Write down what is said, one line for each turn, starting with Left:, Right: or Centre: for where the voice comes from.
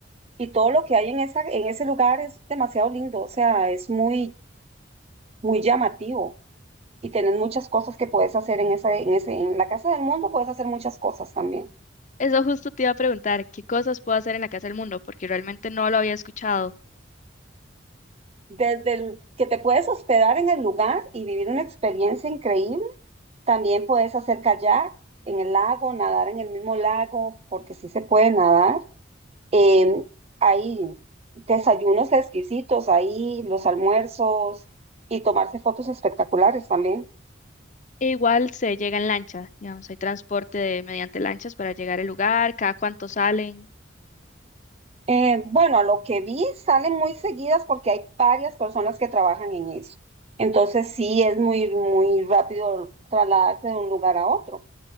Right: Y todo lo que hay en esa, en ese lugar es demasiado lindo, o sea, es muy, muy llamativo. Y tenés muchas cosas que puedes hacer en esa, en ese, en la casa del mundo puedes hacer muchas cosas también.
Left: Eso justo te iba a preguntar, ¿qué cosas puedo hacer en la Casa del Mundo? Porque realmente no lo había escuchado.
Right: Desde el que te puedes hospedar en el lugar y vivir una experiencia increíble, también puedes hacer kayak en el lago, nadar en el mismo lago, porque sí se puede nadar. Em, hay desayunos exquisitos ahí, los almuerzos y tomarse fotos espectaculares también.
Left: E igual se llega en lancha, digamos, hay transporte de- mediante lanchas para llegar al lugar, cada cuánto salen.
Right: Eh, bueno, a lo que vi salen muy seguidas porque hay varias personas que trabajan en eso. Entonces sí es muy, muy rápido trasladarse de un lugar a otro.